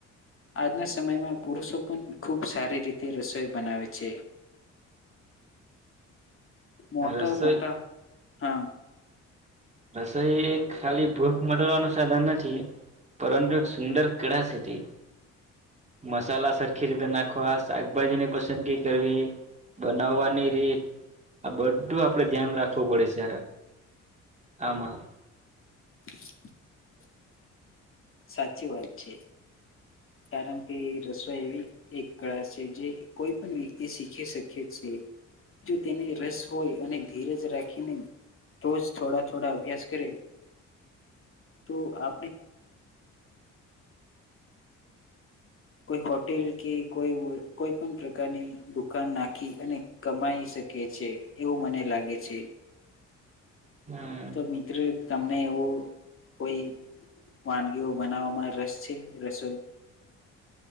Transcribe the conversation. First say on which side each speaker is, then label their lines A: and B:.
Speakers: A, on the left; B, on the right.
A: આજના સમયમાં પુરુષો પણ ખુબ સારી રીતે રસોઈ બનાવે છે મોટા
B: રસોઈ
A: મોટા હા
B: રસોઈ ખાલી ભૂખ મટડવાનું સાધન નથી પરંતુ એક સુંદર કળા સટી મસાલા સરખી રીતે નાખવા શાકભાજીની પસંદગી કરવી બનાવવાની રીત આ બધું આપડે ધ્યાન રાખવું પડે છે આમાં
A: <inaudible> સાચી વાત છે કારણ કે રસોઈ એવી એક કળા છે જે કોઈ પણ વ્યક્તિ શીખી શકે જો તેને રસ હોય અને ધીરજ રાખીને તોોજ થોડા થોડા અભ્યાસ કરે તો આપણે કોઈ હોટેલ કે કોઈ કોઈ પણ પ્રકારની દુકાન નાખી અને કમાઈ શકે છે એવું મને લાગે છે
B: હમ
A: તો મિત્ર ત ને એવું કોઈ વાનગીઓ બનાવવામાં રસ છે રસોઈ